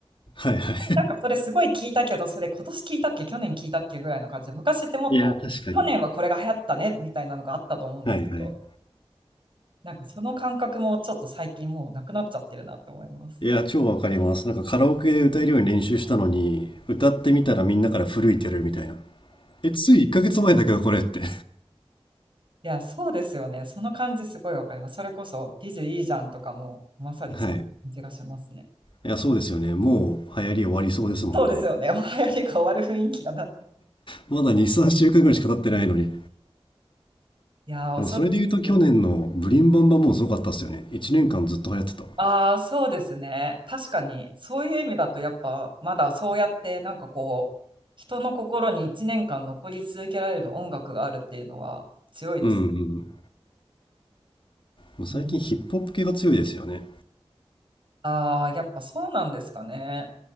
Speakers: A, on the left; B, on the right.
A: はいはい。
B: <laughs> なんかそれすごい聞いたけど、それ今年聞いたっけ、去年聞いたっけぐらいの感じで、昔ってもっと去年はこれが流行ったねみたいなのがあったと思うんですけど、
A: <laughs> いや、確かに。はいはい。
B: なんかその感覚もちょっと最近もうなくなっちゃってるなって思います。
A: いや、超わかります。なんかカラオケで歌えるように練習したのに、歌ってみたらみんなから古いって言われるみたいな。え、つい1ヶ月前だけどこれって。
B: いや、そうですよね。その感じすごいわかります。それこそ、ビジュいいじゃんとかも、まさにそんな感じがしますね。
A: <laughs> はい。いや、そうですよね。もう流行り終わりそうですもんね。
B: そうですよね。<laughs> もう流行りが終わる雰囲気がな。
A: まだ2、3週間ぐらいしか経ってないのに。
B: いやー、恐ろしいです。
A: でもそれで言うと去年のブリンバンバンもすごかったっすよね。1年間ずっと流行ってた。
B: ああ、そうですね。確かに、そういう意味だと、やっぱ、まだそうやって、なんかこう、人の心に1年間残り続けられる音楽があるっていうのは強いです
A: うんうん。もう最近ヒップホップ系が強いですよね。
B: ね。ああー、やっぱそうなんですかね。